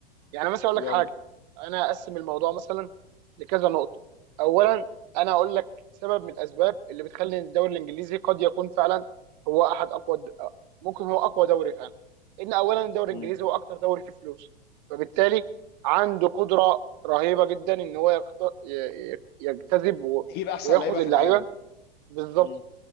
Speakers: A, on the right (about 45°); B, on the left (about 35°).
A: يعني مثلا اقول
B: يلا
A: لك حاجه انا اقسم الموضوع مثلا لكذا نقطه اولا انا اقول لك سبب من الاسباب اللي بتخلي الدوري الانجليزي قد يكون فعلا هو احد اقوى الد- ممكن هو اقوى دوري فعلا ان اولا الدوري
B: مم.
A: الانجليزي هو اكتر دوري فيه فلوس فبالتالي عنده قدره رهيبه جدا ان هو يقت- ي- ي- يجتذب و-
B: نجيب احسن
A: وياخد
B: لعيبه
A: اللعيبه
B: في العالم
A: بالظبط
B: مم.